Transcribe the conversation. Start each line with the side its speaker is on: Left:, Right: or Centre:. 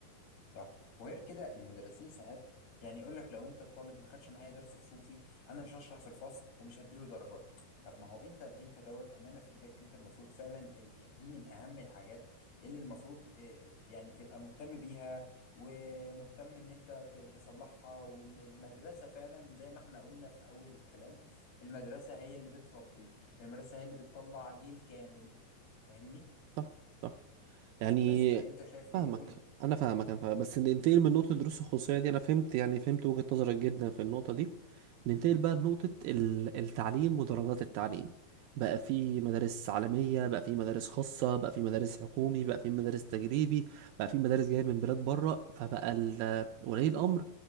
Left: صح وغير كده المدرسين ساعات يعني يقول لك لو انت الطالب ما خدش معايا درس خصوصي انا مش هشرح في الفصل ومش هديله درجات طب ما هو انت انت دوت امانه في ايدك انت المفروض فعلا ال- دي من اهم الحاجات اللي المفروض اه، يعني تبقى مهتم بيها ومهتم ان انت ت- تصلحها وان المدرسه فعلا زي ما احنا قلنا في اول الكلام المدرسه هي اللي بتربي المدرسه هي اللي بتطلع جيل كامل فاهمني
Right: صح صح يعني
Left: بس فانت شايف ايه
Right: فاهمك
Left: قول لي
Right: انا فاهمك انا فاهمك. بس ننتقل من نقطه دروس الخصوصيه دي انا فهمت يعني فهمت وجهه نظرك جدا في النقطه دي ننتقل بقى لنقطه ال- التعليم ودرجات التعليم بقى في مدارس عالميه بقى في مدارس خاصه بقى في مدارس حكومي بقى في مدارس تجريبي بقى في مدارس جايه من بلاد بره فبقى ال- ولي الامر